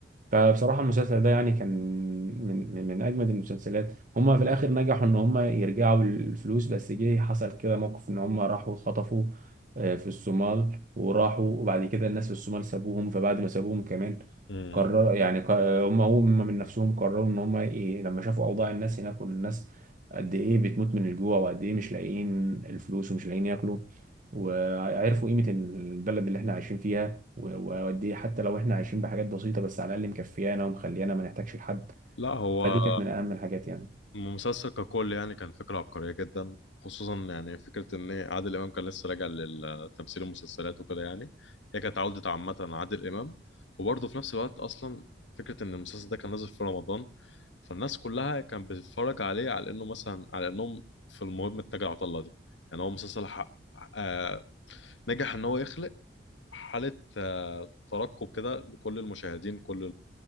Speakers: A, on the right; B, on the left.
A: فبصراحة المسلسل ده يعني كان من من من أجمد المسلسلات هما في الآخر نجحوا إن هما يرجعوا بالفلوس بس جه حصل كده موقف إن هما راحوا خطفوا آه، في الصومال وراحوا وبعد كده الناس في الصومال سابوهم فبعد ما سابوهم كمان
B: مم.
A: قرر يعني ق- هما هما من نفسهم قرروا إن هما إيه لما شافوا أوضاع الناس هناك والناس قد إيه بتموت من الجوع وقد إيه مش لاقيين الفلوس ومش لاقيين ياكلوا وعرفوا قيمة البلد اللي إحنا عايشين فيها و- واوديه حتى لو احنا عايشين بحاجات بسيطه بس على الاقل مكفيانا ومخليانا ما نحتاجش لحد
B: لا هو
A: فدي كانت من اهم الحاجات يعني
B: المسلسل ككل يعني كان فكرة عبقرية جدا خصوصا يعني فكرة إن عادل إمام كان لسه راجع لتمثيل المسلسلات وكده يعني هي كانت عودة عامة عادل إمام وبرضه في نفس الوقت أصلا فكرة إن المسلسل ده كان نازل في رمضان فالناس كلها كانت بتتفرج عليه على إنه مثلا على إنهم في المهم اتجه عطلة دي يعني هو مسلسل حق آه نجح إن هو يخلق حالة آه ترقب كده لكل المشاهدين كل